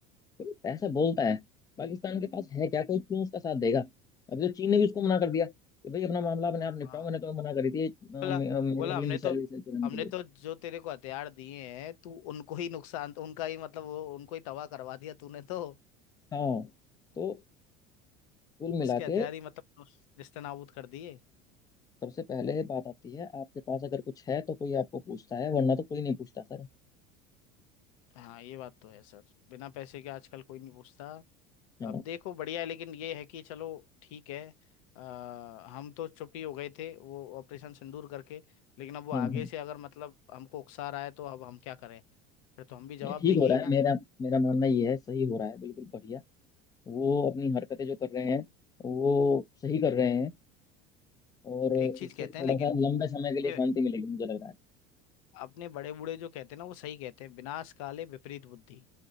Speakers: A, on the left; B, on the left.
A: कोई पैसा बोलता है पाकिस्तान के पास है क्या कोई क्यों उसका साथ देगा अभी तो चीन ने भी उसको मना कर दिया कि भाई अपना मामला अपने आप निपटाओ
B: हाँ
A: मैंने तो मना करी थी अ,
B: बोला
A: मे- अ, मेरे
B: बोला
A: वाली
B: हमने
A: मिसाइल
B: तो
A: विसाइल चलाने
B: हमने
A: के लिए
B: तो जो तेरे को हथियार दिए हैं तू उनको ही नुकसान उनका ही मतलब वो उनको ही तबाह करवा दिया तूने तो
A: हाँ तो कुल मिला
B: उसके हथियार
A: के
B: ही मतलब उस- नेस्तनाबूद कर दिए
A: सबसे पहले बात आती है आपके पास अगर कुछ है तो कोई आपको पूछता है वरना तो कोई नहीं पूछता सर
B: हाँ ये बात तो है सर बिना पैसे के आजकल कोई नहीं पूछता
A: हाँ
B: अब देखो बढ़िया है लेकिन ये है कि चलो ठीक है आ, हम तो चुप ही हो गए थे वो ऑपरेशन सिंदूर करके लेकिन अब वो आगे
A: हम्म हम्म।
B: से अगर मतलब हमको उकसा रहा है तो अब हम क्या करें फिर तो हम भी जवाब
A: ये ठीक
B: देंगे
A: हो रहा
B: ही ना
A: है मेरा मेरा मानना ये है सही हो रहा है बिल्कुल बढ़िया वो अपनी हरकतें जो कर रहे हैं वो सही कर रहे हैं और इससे
B: एक चीज कहते
A: थोड़ा
B: हैं लेकिन
A: सा लंबे समय
B: अपने
A: के लिए शांति मिलेगी मुझे लग रहा है
B: अपने बड़े बूढ़े जो कहते हैं ना वो सही कहते हैं विनाश काले विपरीत बुद्धि